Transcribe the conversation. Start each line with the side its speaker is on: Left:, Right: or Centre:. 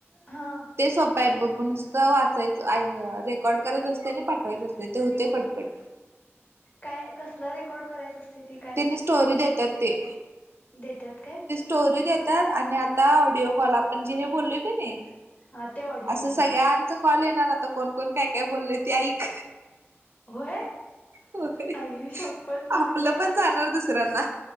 Left: हां.
Right: ते सोप्प्य बघ ब नुसतं वाचायचं आहे रेकॉर्ड करायचं असतंय आणि पाठवायचं असतंय ते होतंय पटपट.
Left: काय, कसलं रेकॉर्ड करायचं असतं ते काय?
Right: त्यांनी स्टोरी देत्यात ते.
Left: देत्यात काय?
Right: टोरी देतात आणि आता ऑडिओ कॉल आपण जे हे बोललोय की नाही
Left: हा ते ऑडिओ
Right: असं
Left: माहिता
Right: सगळ्यांचं कॉल येणार आता कोण-कोण, काय-काय बोललंय ऐईक
Left: होय
Right: होते
Left: आई शपथ मग
Right: आपलं
Left: येणार
Right: पण जाणार दुसऱ्यांना.